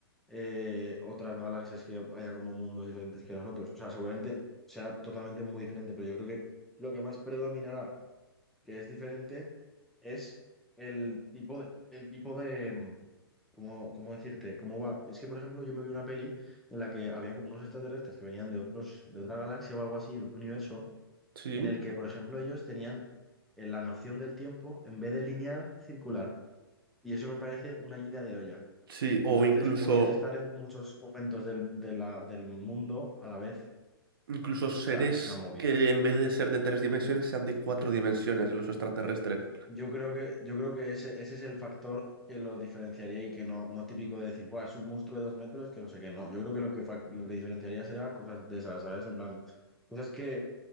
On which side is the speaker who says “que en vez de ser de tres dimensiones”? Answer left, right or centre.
Right